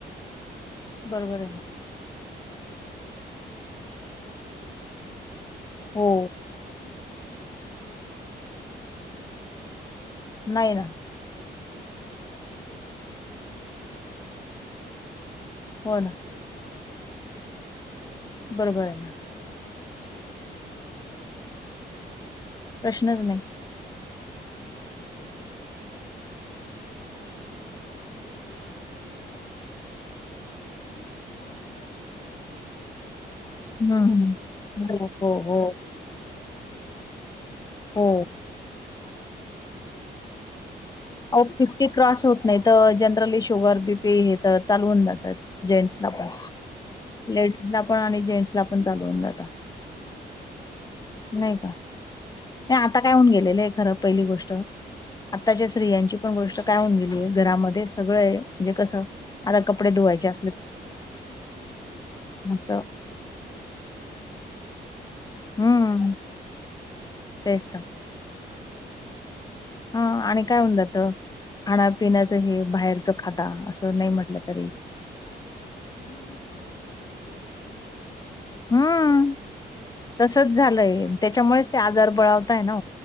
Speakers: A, on the left (about 20°); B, on the left (about 60°).
A: बरोबर
B: तो
A: आहे ना
B: आपला रितेश देशमुख खरंच ते कपल आहे
A: हो
B: म्हणजे अजून एक कोणी म्हणणार आणि का यांना मुलं आहेत
A: नाही ना
B: आणि शिवाय संस्कार पण पोरांवर एवढे सुंदर केलेले आहे ना
A: हो ना
B: कोणी नाव पण नाही ठेवू शकत.
A: बरोबर आहे ना
B: पण मग स्वतःचं आरोग्य पण तेवढं जपतच असतील ना ते लोकं
A: प्रश्नच नाही
B: आणि आपल्याकडचे लोक आपल्याकडच्या बायका, माणसं माणसांचं हे आरोग्य तसं अ काहींच कस राहतं ना स्ट्रेस वगैरे थोडंसं ऑफिसचं
A: हम्म
B: टेन्शन वगैरे राहिलं
A: हो हो
B: कि मग
A: हो
B: लगेचंच शुगर होते नाहीतर
A: हो
B: मग काहीतरी वेगळं आजार निघतो बी पी
A: आओ फिफ्टी क्रॉस होत नाही तवर जनरली शुगर बी पी हे तर चालू होऊन जातं. जेंट्सला पण
B: हम्म
A: लेडीज ला पण आणि जेंट्स ला पण चालू होऊन जाता.
B: हा बरोबर आहे कि
A: नाही का नाही आता काय होऊन गेलेलं आहे खरं पहिली गोष्ट आता जे स्त्रियांची पण गोष्ट काय होऊन गेली आहे. घरामध्ये सगळं म्हणजे कसं आता कपडे धुवायच्या
B: पण सगळं हायजीन आहे ना.
A: असं
B: तुमच्या शरीराची हालचाल आहे नाही,
A: हम्म
B: काय आहे नाही
A: तेच
B: सगळं
A: तर
B: बसल्या जागी आहे.
A: हा आणि
B: असं
A: काय होऊन जातं खाण्यापिण्याचं हे बाहेरचं खाता असं नाही म्हटलं तरी.
B: ते आता काय हाय ना आता ती म्हन खरी होत चालली देरे हरी खाटल्यावरी
A: हम्म
B: तसं
A: तसच झालंय त्याच्यामुळेच ते आजार बळावताय ना